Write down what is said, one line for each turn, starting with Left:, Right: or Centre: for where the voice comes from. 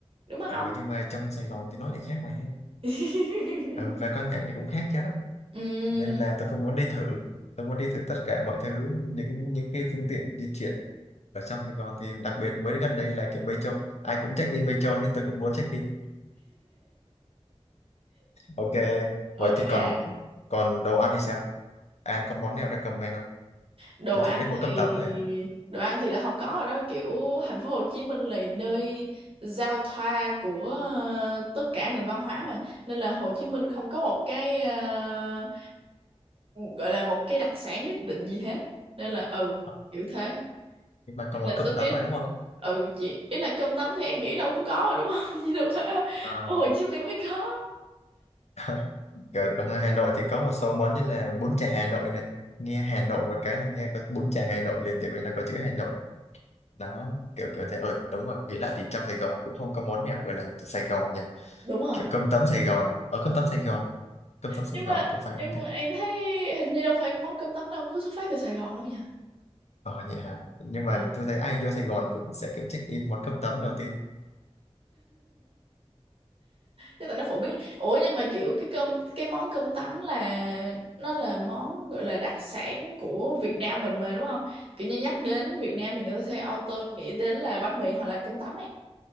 Right: đúng
Left: ừ,
Right: không
Left: nhưng mà trong Sài Gòn thì nó lại khác mà em
Right: <laughs>
Left: ừ, và quan cảnh này cũng khác chứ
Right: Ừm,
Left: nên là tôi cũng muốn đi thử tôi muốn đi thử tất cả mọi thứ những những cái phương tiện di chuyển ở trong Sài Gòn thì đặc biệt mới gần đây là kiểu Metro ai cũng check in Metro nên tôi cũng muốn check in ok vậy
Right: ok
Left: thì còn
Right: ạ.
Left: còn đồ ăn thì sao An có món nào recommend không
Right: đồ
Left: tôi
Right: ăn
Left: chỉ biết mỗi cơm
Right: thì
Left: tấm thôi ạ
Right: đồ ăn thì là không có rồi đó kiểu thành phố Hồ Chí Minh là nơi giao thoa của ờ, tất cả nền văn hóa mà nên là Hồ Chí Minh không có một cái ờ, gọi là một cái đặc sản nhất định gì hết nên là ừ
Left: Ờ,
Right: kiểu thế
Left: nhưng mà có món
Right: là
Left: cơm
Right: số
Left: tấm
Right: tiết
Left: mà đúng không
Right: ừ chị ý là cơm tấm thì em nghĩ đâu cũng có mà đúng không <laughs> chứ đâu phải ở
Left: Ờ.
Right: Hồ Chí Minh mới có
Left: <laughs> Kiểu ở ngoài Hà Nội thì có một số món như là bún chả Hà Nội này nghe Hà Nội một cái là nghe có bún chả Hà Nội liền tại vì nó có chữ Hà Nội đó kiểu kiểu thế ở đúng rồi nghĩ lại thì trong Sài Gòn nó cũng không có món nào gọi là Sài Gòn nhỉ
Right: đúng rồi
Left: kiểu cơm tấm Sài Gòn ở cơm tấm Sài Gòn cơm tấm Sài
Right: nhưng
Left: Gòn
Right: mà
Left: có phải không
Right: nhưng
Left: thế
Right: mà em thấy hình như đâu phải món cơm tấm đâu cứ xuất phát từ Sài Gòn đâu nha
Left: ờ vậy hả nhưng mà
Right: ừ
Left: tôi thấy ai vô Sài Gòn cũng sẽ kiểu check in món cơm tấm đầu tiên
Right: chứ tại nó phổ biến ủa nhưng mà kiểu cái cơm cái món cơm tấm là nó là món gọi là đặc sản của Việt Nam mình mà đúng không kiểu như nhắc đến Việt Nam thì người ta sẽ auto nghĩ đến là bánh mì hoặc là cơm tấm ấy